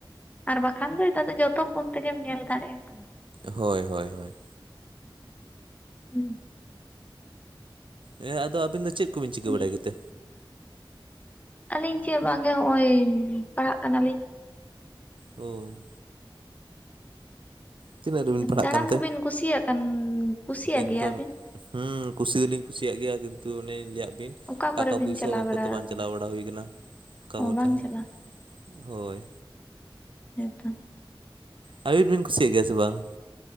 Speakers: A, on the left; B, on the right.
A: ᱟᱨ ᱵᱟᱠᱷᱟᱱ ᱫᱚ ᱱᱮᱛᱟᱨ ᱫᱚ ᱡᱚᱛᱚ ᱯᱷᱳᱱ ᱛᱮᱜᱮᱢ ᱧᱮᱞ ᱫᱟᱲᱮᱭᱟᱜᱼᱟ᱾
B: ᱦᱳᱭ ᱦᱳᱭ ᱦᱳᱭ,
A: ᱦᱩᱸᱻ
B: ᱦᱮᱸ ᱟᱫᱚ ᱟᱹᱵᱤᱱ ᱫᱚ ᱪᱮᱫ ᱠᱚᱵᱤᱱ ᱪᱤᱠᱟᱹ ᱵᱟᱲᱟᱭᱟ
A: ᱫᱤᱭᱮ
B: ᱜᱮᱛᱮ
A: ᱟᱹᱞᱤᱧ ᱪᱮᱫ ᱵᱟᱝᱜ ᱜᱮ ᱦᱚᱜᱼᱚᱭ ᱯᱟᱲᱦᱟᱜ ᱠᱟᱱᱟᱞᱤᱧ᱾
B: ᱚᱸᱻ ᱛᱤᱱᱟᱹᱜ ᱨᱮᱵᱤᱱ ᱯᱟᱲᱦᱟᱜ
A: ᱫᱟᱬᱟᱱ
B: ᱠᱟᱱᱛᱮ?
A: ᱠᱚᱵᱤᱱ ᱠᱩᱥᱤᱭᱟᱜ ᱠᱟᱱ ᱠᱩᱥᱤᱭᱟᱜ
B: ᱮᱠᱫᱚᱢ
A: ᱜᱮᱭᱟᱵᱤᱱ
B: ᱦᱩᱸ ᱠᱩᱥᱤ ᱫᱚᱞᱤᱧ ᱠᱩᱥᱤᱭᱟᱜ ᱜᱮᱭᱟ ᱠᱤᱱᱛᱩ ᱚᱱᱮ ᱤᱧ ᱞᱟᱹᱭᱟᱫ ᱵᱤᱱ
A: ᱚᱠᱟ
B: ᱴᱟᱠᱟ
A: ᱠᱚᱨᱮ ᱵᱤᱱ
B: ᱯᱚᱭᱥᱟᱹ
A: ᱪᱟᱞᱟᱣ
B: ᱚᱵᱷᱟᱵᱽ
A: ᱵᱟᱲᱟ
B: ᱛᱮ ᱵᱟᱝ
A: ᱟᱠᱟᱱᱟ
B: ᱪᱟᱞᱟᱣ ᱵᱟᱲᱟ ᱦᱩᱭ ᱠᱟᱱᱟ ᱠᱟ
A: ᱚ
B: ᱠᱚᱛᱮ
A: ᱵᱟᱝ
B: ᱦᱚᱸ᱾
A: ᱪᱟᱞᱟᱣ
B: ᱦᱳᱭ᱾
A: ᱦᱮᱸ ᱛᱚ᱾
B: ᱟᱭᱩᱴ ᱵᱮᱱ ᱠᱩᱥᱤᱭᱟᱜ ᱜᱮᱭᱟ ᱥᱮ ᱵᱟᱝ?